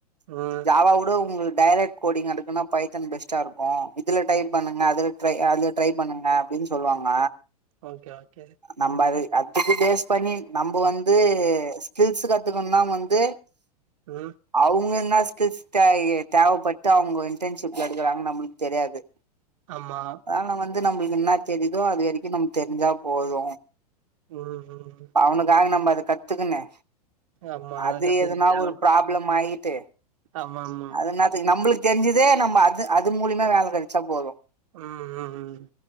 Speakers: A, on the right (about 55°); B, on the right (about 85°).
A: ம்
B: ஜாவாவுட உங்களுக்கு டைரெக்ட் கோடிங் எடுக்குனா பைத்தன் பெஸ்ட்டா இருக்கு இதுல டைப் பண்ணுங்க அதுல ட்ரை அ அதுல ட்ரை பண்ணுங்க அப்டினு சொல்லுவாங்க
A: ஓகே ஓகே
B: நம்ப அது அதுக்கு பேஸ் பண்ணி நம்ப வந்து ஸ்கில்ஸ் கத்துக்குணும்னா வந்து
A: ம்
B: அவுங்க என்னா ஸ்கில்ஸ் தை தேவப்பட்டு அவுங்க இன்டன்ஷிப்ல எடுக்கறாங்கனு நம்மளுக்கு தெரியாது
A: ஆமா
B: அதால வந்து நம்புளுக்கு என்ன தெரியுதோ அது வரிக்கு நம்கு தெரிஞ்சா போது
A: ம் ம் ம்
B: அவனுக்காக நம்ம அத கத்துக்குனு
A: ஆமா
B: அது
A: கத்துக்க
B: எதுனா
A: தேவ
B: ஒரு ப்ராப்ளம் ஆயிட்டு
A: ஆமா ஆமா
B: அதென்னதுக்கு நம்புளுக்கு தெரிஞ்சதே நம அது அது மூலியமா வேல கெடச்சா போது
A: ம் ம் ம்